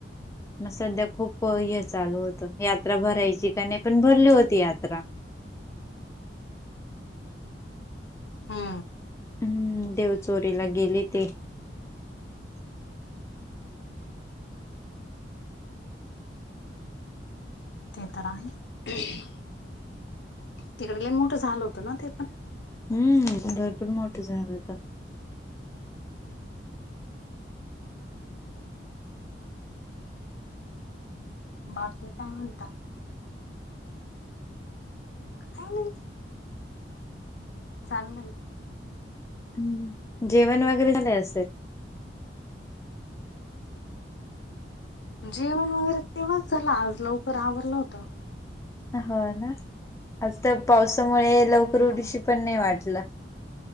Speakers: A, on the left (about 15°); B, on the left (about 75°).
A: मग सध्या खूप हे चालू होत, यात्रा भरायची. त्याने पण भरली होती यात्रा.
B: हो.
A: हम्म देव चोरीला गेले ते.
B: ते तर आहे, तिकडं लई मोठं झालं होतं ना ते पण.
A: हम्म भरपूर मोठं झालंता.
B: बाकी काय म्हणता, काय नाही. चाललंय.
A: उम्म, जेवण वगैरे झालं असेल.
B: जेवण वगैरे तेव्हाच झालं, आज लवकर आवरलं होतं.
A: हो ना, आज त्या पावसामुळे लवकर
B: हम्म
A: उठुशी पण नाही वाटलं.